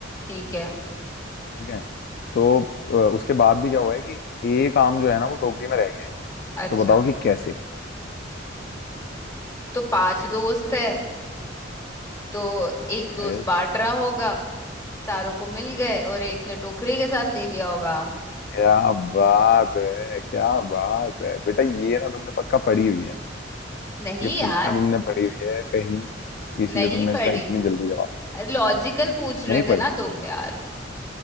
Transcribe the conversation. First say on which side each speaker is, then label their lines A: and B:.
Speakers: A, on the left (about 15°); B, on the left (about 55°).
A: ठीक है
B: ठीक है तो अ, उसके बाद भी क्या हुआ है कि एक आम जो है ना वो टोकरी में रह गया है
A: अच्छा
B: तो बताओ कि कैसे
A: तो पांच दोस्त है तो एक दोस्त
B: यस
A: बांट रहा होगा चारों को मिल गए और एक ने टोकरी के साथ ले लिया होगा
B: क्या बात है क्या बात है बेटा ये ना तुमने पक्का पढ़ी हुई है
A: नहीं
B: ये
A: यार
B: पक्का तुमने पढ़ी हुई है कहीं इसलिए
A: नहीं
B: तुमने
A: पढ़ी
B: इसका इतनी जल्दी जवाब
A: लॉजिकल पूछ रहे
B: दिया नहीं
A: थे
B: पढ़ी
A: ना तुम यार